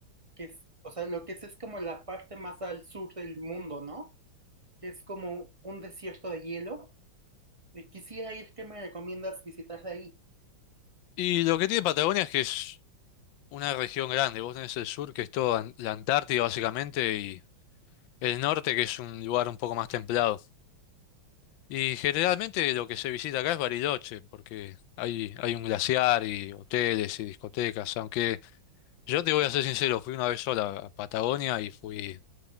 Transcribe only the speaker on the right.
que es, o sea, lo que es es como la parte más al sur del mundo, ¿no? Que es como un desierto de hielo. Y quisiera ir, ¿qué me recomiendas visitar de ahí?